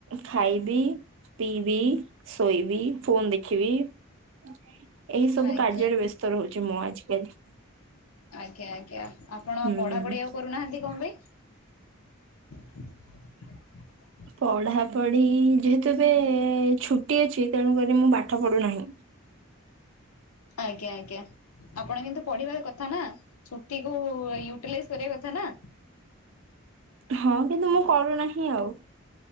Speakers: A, on the right (about 60°); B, on the left (about 90°).
A: ଖାଇବି ପିଇବି ଶୋଇବି ଫୋନ ଦେଖିବି। ଏହି ସବୁ
B: ଆଜ୍ଞା
A: କାର୍ଯ୍ୟରେ ବ୍ୟସ୍ତ ରହୁଛି ମୁଁ ଆଜିକାଲି।
B: ଆଜ୍ଞା ଆଜ୍ଞା ଆପଣ
A: ହୁଁ
B: ପଢାପଢି ଆଉ କରୁନାହାନ୍ତି କଣ ପାଇଁ? <inaudible>
A: ପଢାପଢି ଯେହେତୁ ଏବେ ଛୁଟି ଅଛି ତେଣୁକରି ମୁଁ ପାଠ ପଢୁନାହିଁ।
B: ଆଜ୍ଞା ଆଜ୍ଞା ଆପଣ କିନ୍ତୁ ପଢିବା କଥା ନା ଛୁଟି କୁ ୟୁଟି ଲାଇଜ କରିବା କଥା ନା।
A: ହଁ କିନ୍ତୁ ମୁଁ କରୁନାହିଁ ଆଉ।